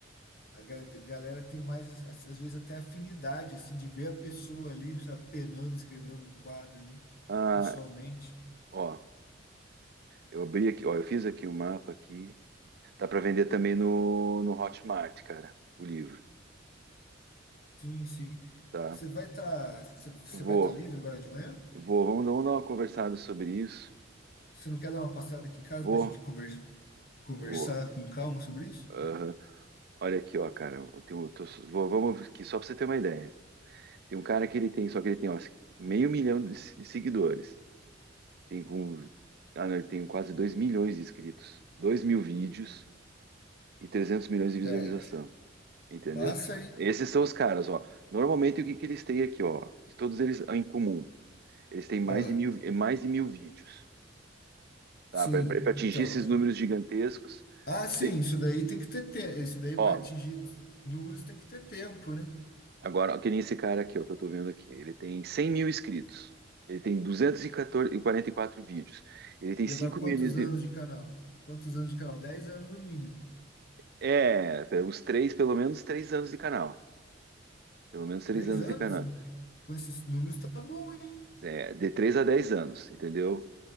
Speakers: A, on the left; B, on the right.
A: A ga- a galera tem mais, às às vezes, até afinidade, assim, de ver a pessoa ali, sabe, penando, escrevendo no quadro ali,
B: ah,
A: pessoalmente.
B: ó, eu abri aqui, ó, eu fiz aqui o mapa aqui. Dá pra vender também no, no Hotmart, cara, o livro,
A: Sim, sim.
B: tá?
A: Você vai estar, você
B: Vou,
A: vai estar livre agora de manhã?
B: vou, vamos, dar- vamos dar uma conversada sobre isso.
A: Você não quer dar uma passada aqui em casa
B: Vou,
A: pra gente conver- conversar
B: vou.
A: com calma sobre isso?
B: Aham. Olha aqui, ó, cara, eu tenho, eu tô- vou, vamos aqui, só pra você ter uma ideia. Tem um cara que ele tem, só que ele tem, ó, meio milhão de, se- de seguidores. Tem, com, ah, não, ele tem quase 2 milhões de inscritos. dois mil vídeos e 300 milhões de visualização.
A: Certo.
B: Entendeu?
A: Massa, hein?
B: Esses são os caras, ó. Normalmente, o que, que eles têm aqui, ó? Todos eles em comum. Eles têm mais
A: Ah,
B: de mil, mais de mil vídeos, tá?
A: sim,
B: Para atingir
A: então.
B: esses números gigantescos.
A: Ah, sim,
B: Bem,
A: isso daí tem que ter tempo. Isso daí
B: Ó,
A: para atingir números tem que ter tempo, né?
B: agora, ó, que nem esse cara aqui, ó, que eu tô vendo aqui. Ele tem 100 mil inscritos. Ele tem duzentos e e e quarenta e quatro vídeos. Ele tem
A: E
B: 5
A: agora, quantos
B: milhões de,
A: anos de canal? Quantos anos de canal? dez anos no mínimo.
B: É, é, uns três, pelo menos três anos de canal. Pelo menos três
A: Três
B: anos
A: anos
B: de canal.
A: com esses números tá bom, hein?
B: É, de três a dez anos, entendeu?